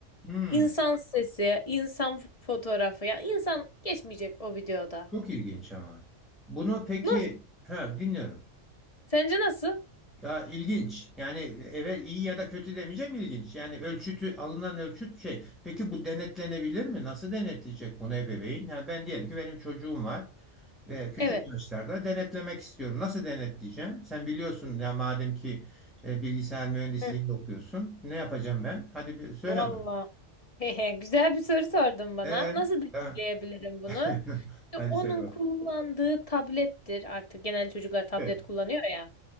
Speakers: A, in the centre; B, on the left.
A: Hmm,
B: İnsan sesi, insan f- fotoğrafı, ya insan geçmeyecek o videoda.
A: çok ilginç ama. Bunu peki,
B: Nasıl?
A: ha dinliyorum.
B: Sence nasıl?
A: Ya ilginç. Yani eve iyi ya da kötü demeyeceğim ilginç. Yani ölçütü alınan ölçüt şey. Peki bu denetlenebilir mi? Nasıl denetleyecek bunu ebeveyn? Yani ben diyelim ki benim çocuğum var ve küçük
B: Evet.
A: yaşlarda denetlemek istiyorum. Nasıl denetleyeceğim? Sen biliyorsun ya madem ki e, bilgisayar mühendisliğinde
B: Hı,
A: okuyorsun. Ne yapacağım ben? Hadi bir söyle
B: Vallahi.
A: bana.
B: Hehe, Güzel bir soru sordun bana.
A: Ee,
B: Nasıl deneyimleyebilirim
A: ha.
B: bunu?
A: <laughs>
B: İşte
A: Hadi
B: onun
A: söyle bak.
B: kullandığı tablettir artık. Genel çocuklar tablet
A: Evet.
B: kullanıyor ya.